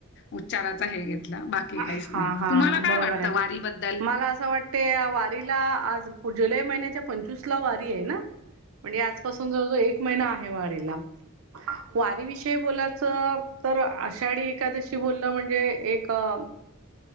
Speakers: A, on the left; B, on the right.
A: उच्चाराचा हे घेतला, बाकी
B: हा
A: काहीच नाही.
B: हा
A: तुम्हाला काय
B: बरोबर
A: वाटतं
B: आहे.
A: वारीबद्दल?
B: मला असं वाट त्या वारीला आज जुलै महिन्याच्या पंचवीस ला वारीये ना? म्हणजे आजपासून जवळ जवळ एक महिना आहे वारीला. वारी विषयी बोलायचं तर आषाढी एखाद्याशी बोलण म्हणजे एक अ